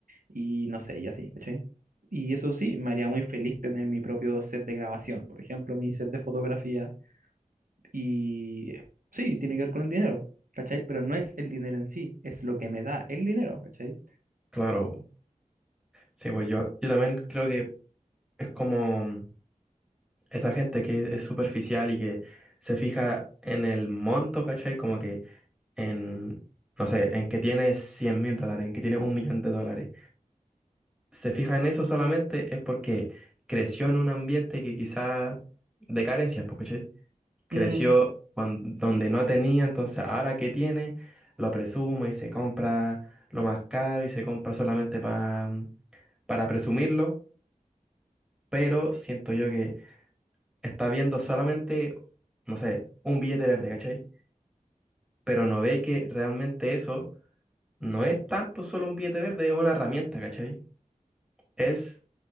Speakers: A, on the right; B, in the centre.
A: y no sé, y así, ¿cachai? Y eso sí, me haría muy feliz tener mi propio set de grabación, por ejemplo, mi set de fotografía y eh, sí, tiene que ver con el dinero, ¿cachai? Pero no es el dinero en sí, es lo que me da el dinero, ¿cachai?
B: Claro. Sí, pues yo, yo también creo que es como esa gente que es superficial y que se fija en el monto, ¿cachai? Como que en, no sé, en que tiene cien mil dólares, en que tiene un millón de dólares. se fija en eso solamente es porque creció en un ambiente que quizás de carencias, pues, ¿cachai? Creció
A: Mm,
B: cuan- donde no tenía, entonces ahora que tiene, lo presume y se compra lo más caro y se compra solamente pa- para presumirlo, pero siento yo que está viendo solamente, no sé, un billete verde, ¿cachai? Pero no ve que realmente eso no es tanto solo un billete verde, es una herramienta, ¿cachai? Es